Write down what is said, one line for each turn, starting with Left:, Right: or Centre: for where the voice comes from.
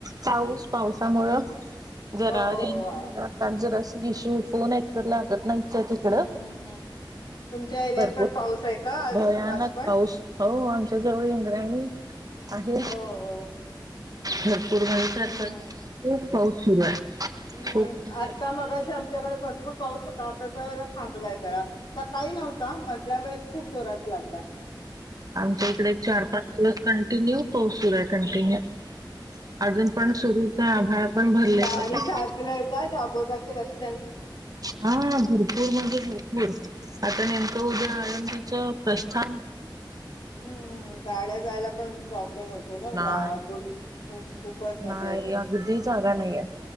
Right: पाऊस पावसामुळ जरा
Left: हो हो
Right: रेंज
Left: हो
Right: जराशी इशू फोन एक तर लागत नाहीच हाय तिकडं.
Left: हम्म हम्म हम्म. तुमच्या एरियात
Right: भरपूर
Left: पण पाऊस आहे का आज
Right: भयानक
Left: आज पण?
Right: पाऊस हो आमच्या जवळ इंद्रायणी आहे.
Left: हो हो
Right: घर पुर बाहेर
Left: हम्म
Right: पडतात
Left: हम्म.
Right: खूप पाऊस सुरू आहे.
Left: हम्म
Right: खूप म्हणजे
Left: आत्ता मगाशी आमच्याकडे भरपूर पाऊस होता. आता जरा थांबलाय. जरा सकाळी नव्हता, मधल्या वेळेस खूप जोरात लागला.
Right: च्या इकडे चार
Left: हम्म हम्म.
Right: पाच दिवस कंटिन्यू पाऊस सुरु आहे कंटिन्यू
Left: हम्म, हम्म, हम्म, हम्म,
Right: अजून
Left: हम्म.
Right: पण सुरू च आभाळ पण भरलेलंच
Left: पाणी
Right: आहे
Left: साचलय का जागोजागी रस्
Right: हा भरपूर म्हणजे भरपूर आता नेमकं उद्या आळंदीच प्रस्थान
Left: हम्म गाड्या जायला पण प्रॉब् लय होतो ना,
Right: नाही
Left: काळा गुड खूपच म्हणजे,
Right: नाही अगदी जागा नाहीये